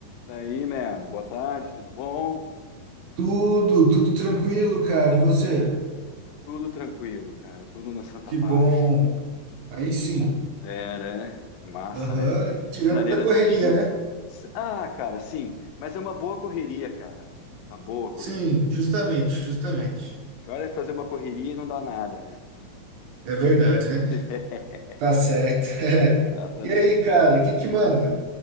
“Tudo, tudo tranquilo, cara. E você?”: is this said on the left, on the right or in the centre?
Right